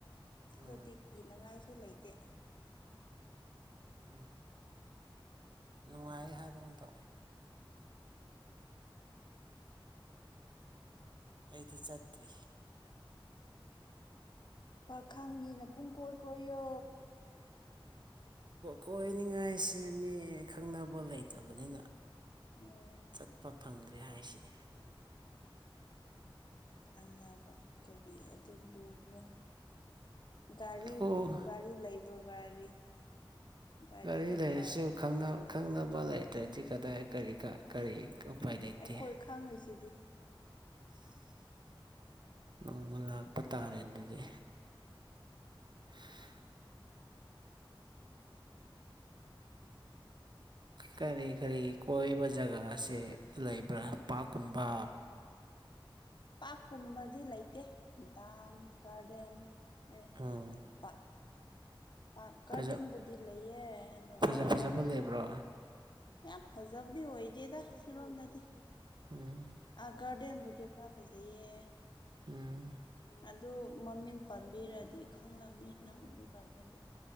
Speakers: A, on the left; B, on the right.
A: ꯁꯤꯗꯗꯤ
B: ꯎꯝ
A: ꯀꯤꯅꯉꯥꯏꯁꯨ ꯂꯩꯇꯦ
B: ꯎꯝ ꯅꯨꯡꯉꯥꯏ ꯍꯥꯏꯕꯒꯨꯝ ꯇꯧꯋꯦ ꯑꯩꯗꯤ ꯆꯠꯇ꯭ꯔꯤ
A: ꯄꯥꯈꯪꯒꯤꯅ ꯄꯨꯡ ꯀꯣꯏ ꯀꯣꯏꯌꯣ
B: ꯀꯣꯏꯅꯤꯡꯉꯥꯏꯁꯤ ꯃꯤ ꯈꯪꯅꯕ ꯂꯩꯇꯕꯅꯤꯅ
A: ꯑꯦ
B: ꯆꯠꯄ ꯐꯪꯗ꯭ꯔꯦ ꯍꯥꯏꯁꯤꯅꯤ
A: ꯈꯪꯅꯕ ꯀꯔꯤ ꯑꯗꯨ ꯂꯨꯕ꯭ꯔꯅꯤ ꯒꯥꯔꯤ
B: ꯑꯣ
A: ꯒꯥꯔꯤ ꯂꯩꯕ꯭ꯔꯣ ꯒꯥꯔꯤ ꯒꯥꯔꯤꯕꯨ
B: ꯒꯥꯔꯤ ꯂꯩꯔꯁꯨ
A: ꯄꯥꯏꯔꯗꯤ
B: ꯈꯪꯅ ꯈꯪꯅꯕ ꯂꯩꯇ꯭ꯔꯗꯤ ꯀꯗꯥꯏ ꯀꯔꯤ
A: ꯎꯝ
B: ꯀꯔꯤ ꯎꯄꯥꯏ ꯂꯩꯇꯦ
A: ꯑꯩꯈꯣꯏ ꯈꯪꯉꯤꯁꯤꯗꯤ <inaudible>
B: ꯅꯣꯡꯃ ꯂꯥꯛꯄ ꯇꯥꯔꯦ ꯑꯗꯨꯗꯤ <inaudible> ꯀꯔꯤ ꯀꯔꯤ ꯀꯣꯏꯕ ꯖꯒꯥꯁꯦ ꯂꯩꯕ꯭ꯔꯥ ꯄꯥꯛꯀꯨꯝꯕ
A: ꯄꯥꯛ ꯀꯨꯝꯕꯗꯤ ꯂꯩꯇꯦ ꯗꯥꯝ ꯒꯥꯔꯗꯦꯟ ꯑꯦ
B: ꯎꯝ
A: ꯄꯥꯛ ꯄꯥꯛ ꯒꯥꯔꯗꯦꯟꯕꯨꯗꯤ
B: ꯐꯖ
A: ꯂꯩꯌꯦ ꯑꯗꯣ
B: ꯐꯖ ꯐꯖꯕ ꯂꯩꯕ ꯕ꯭ꯔꯣ
A: ꯌꯥꯝ ꯐꯖꯕꯗꯤ ꯑꯣꯏꯗꯦꯗ ꯁꯤꯔꯣꯝꯗꯗꯤ
B: ꯎꯝ
A: ꯑ ꯒꯔꯗꯦꯟꯕꯨꯗꯤ ꯈꯔ ꯐꯖꯩꯌꯦ
B: ꯎꯝ
A: ꯑꯗꯨ ꯃꯃꯤꯡ ꯄꯟꯕꯤꯔꯗꯤ ꯈꯪꯂꯝꯃꯤ ꯅꯪ ꯑꯗꯨ ꯒꯥꯔꯗꯦꯟꯗꯣ